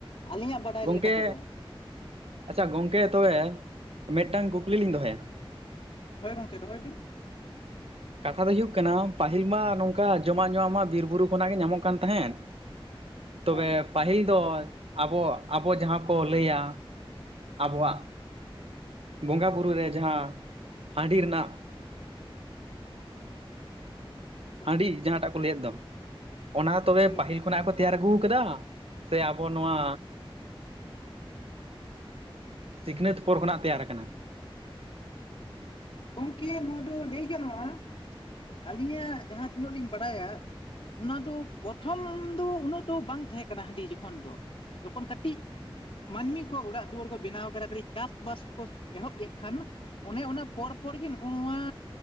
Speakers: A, on the left; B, on the right.
A: ᱟᱹᱞᱤᱧᱟᱜ ᱵᱟᱰᱟᱭ
B: ᱜᱚᱝᱠᱮ
A: ᱞᱮᱠᱟ ᱛᱮᱫᱚ
B: ᱟᱪᱪᱷᱟ ᱜᱚᱝᱠᱮ ᱛᱚᱵᱮ ᱢᱤᱫᱴᱟᱝ ᱠᱩᱠᱞᱤ ᱞᱤᱧ ᱫᱚᱦᱚᱭᱟ
A: ᱦᱮᱸ ᱜᱚᱝᱠᱮ ᱫᱚᱦᱚᱭ ᱵᱤᱱ
B: ᱠᱟᱛᱷᱟ ᱫᱚ ᱦᱩᱭᱩᱜ ᱠᱟᱱᱟ ᱯᱟᱹᱟᱦᱤᱞ ᱢᱟ ᱱᱚᱝᱠᱟ ᱡᱚᱢᱟᱜ ᱧᱩᱣᱟᱜ ᱢᱟ ᱵᱤᱨ ᱵᱩᱨᱩ ᱠᱷᱚᱱᱟᱜ ᱜᱮ ᱧᱟᱢᱚᱜ ᱠᱟᱱ ᱛᱟᱦᱮᱸᱫ? ᱛᱚᱵᱮ
A: ᱦᱳᱭ
B: ᱯᱟᱹᱦᱤᱞ ᱫᱚ ᱟᱵᱚ ᱟᱵᱚ ᱡᱟᱦᱟᱸ ᱠᱚ ᱞᱟᱹᱭᱟ ᱟᱵᱚᱣᱟᱜ ᱵᱚᱸᱜᱟ ᱵᱩᱨᱩ ᱨᱮ ᱡᱟᱦᱟᱸ ᱦᱟᱺᱰᱤ ᱨᱮᱱᱟᱜ
A: ᱦᱳᱭ
B: ᱦᱟᱺᱰᱤ ᱡᱟᱦᱟᱸᱴᱟᱜ ᱠᱚ ᱞᱟᱹᱭᱮᱫ ᱫᱚ ᱚᱱᱟ ᱛᱚᱵᱮ
A: ᱦᱳᱭ ᱜᱚᱝᱠᱮ
B: ᱯᱟᱹᱤᱞ ᱠᱷᱚᱱᱟᱜ ᱠᱚ ᱛᱮᱭᱟᱨ ᱟᱹᱜᱩ ᱟᱠᱟᱫᱟ ᱥᱮ ᱟᱵᱚ ᱱᱚᱣᱟ ᱥᱤᱠᱷᱱᱟᱹᱛ ᱯᱚᱨ ᱠᱷᱚᱱᱟᱜ ᱛᱮᱭᱟᱨ ᱟᱠᱟᱱᱟ᱾
A: ᱜᱚᱝᱠᱮ ᱱᱚᱣᱟ ᱫᱚ ᱞᱟᱹᱭ ᱜᱟᱱᱚᱜ-ᱟ ᱟᱹᱞᱤᱧᱟᱜ ᱡᱟᱦᱟᱸ ᱛᱤᱱᱟᱹᱜ ᱞᱤᱧ ᱵᱟᱰᱟᱭᱟ ᱚᱱᱟ ᱫᱚ ᱯᱨᱚᱛᱷᱚᱢ ᱫᱚ ᱩᱱᱟᱹᱜ ᱫᱚ ᱵᱟᱝ ᱛᱟᱦᱮᱸ ᱠᱟᱱᱟ ᱦᱟᱺᱰᱤ ᱡᱚᱠᱷᱚᱱ ᱫᱚ ᱡᱚᱠᱷᱚᱱ ᱠᱟᱹᱴᱤᱡ ᱢᱟᱹᱱᱢᱤ ᱠᱚ ᱚᱲᱟᱜ ᱫᱩᱣᱟᱹᱨ ᱠᱚ ᱵᱮᱱᱟᱣ ᱠᱮᱫᱟ ᱠᱟᱹᱴᱤᱡ ᱪᱟᱥᱵᱟᱥ ᱠᱚ ᱮᱦᱚᱵ ᱠᱮᱫ ᱠᱷᱟᱱ ᱚᱱᱮ ᱚᱱᱟ ᱯᱚᱨ ᱯᱚᱨ ᱜᱮ ᱱᱚᱜ-ᱚ ᱱᱚᱣᱟ